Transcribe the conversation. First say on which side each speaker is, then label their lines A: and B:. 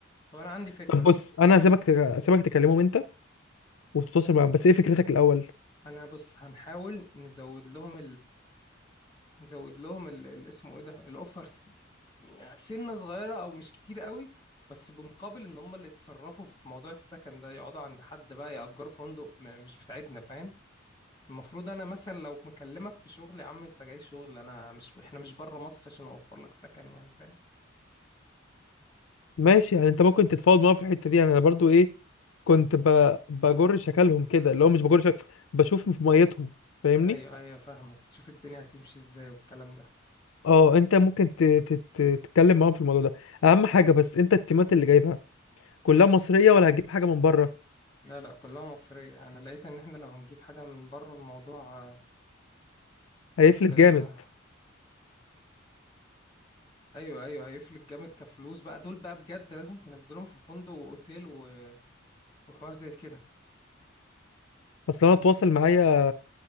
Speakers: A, on the left (about 20°); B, on the left (about 85°).
A: طب انا عندي فكرة
B: طب بص انا هسيبك تك... هسيبك تكلمهم انت وتتواصل معاهم بس ايه فكرتك الاول
A: انا بص هنحاول نزود لهم نزود لهم ال- ال- اسمه ايه ده الاوفرز يعني سنة صغيرة او مش كتير قوي بس بمقابل ان هم اللي يتصرفوا في موضوع السكن ده يقعدوا عند حد بقى يأجروا فندق م- مش بتاعتنا فاهم المفروض انا مثلا لو مكلمك في شغل يا عم انت جاي شغل انا مش احنا مش بره مصر عشان اوفر لك سكن يعني فاهم
B: ماشي يعني انت ممكن تتفاوض معاهم في الحتة دي يعني انا برضو ايه كنت ب... بجر شكلهم كده اللي هو مش بجر شكل بشوف في ميتهم فاهمني
A: ايوه ايوه فاهمك بتشوف الدنيا هتمشي ازاي والكلام ده
B: اه انت ممكن ت... ت... ت... تتكلم معاهم في الموضوع ده اهم حاجة بس انت التيمات اللي جايبها كلها مصرية ولا هتجيب حاجة من بره
A: لا لا كلها مصرية انا لقيت ان احنا لو هنجيب حاجة من بره الموضوع
B: هيفلت
A: آه،
B: جامد
A: ايوه ايوه هيفلك جامد كفلوس بقى دول بقى بجد لازم تنزلهم في فندق واوتيل و- وحوار زي كده
B: اصل انا اتواصل معايا